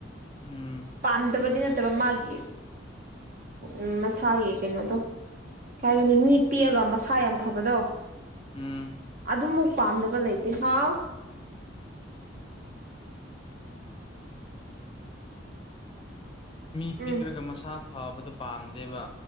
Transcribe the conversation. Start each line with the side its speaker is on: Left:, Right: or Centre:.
Left: ꯎꯝ
Right: ꯄꯥꯝꯗꯕꯗꯤ ꯅꯠꯇꯕ ꯃꯥꯒꯤ ꯎ ꯃꯁꯥꯒꯤ ꯀꯩꯅꯣꯗꯣ ꯀꯩꯒꯅꯤ ꯃꯤ ꯄꯤꯛꯑꯒ ꯃꯁꯥ ꯌꯥꯝ ꯐꯕꯗꯣ
Left: ꯎꯝ
Right: ꯑꯗꯨꯃꯨ ꯄꯥꯝꯗꯕ ꯂꯩꯇꯦ ꯍꯥꯎ
Left: ꯃꯤ ꯄꯤꯛ꯭ꯔꯒ
Right: ꯎꯝ
Left: ꯃꯁꯥ ꯐꯕꯗꯨꯣ ꯄꯥꯝꯗꯦꯕ